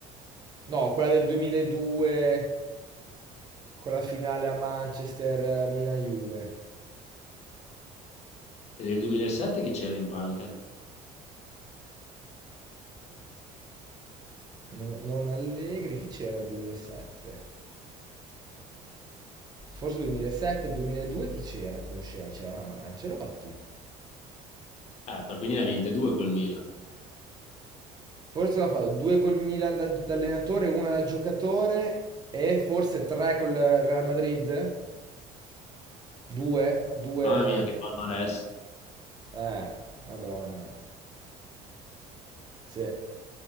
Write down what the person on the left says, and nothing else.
E del 2007 che c'era in panca?
Eh, per- quindi ne ha vinte due col Milan.
Mamma mia, che palmarès.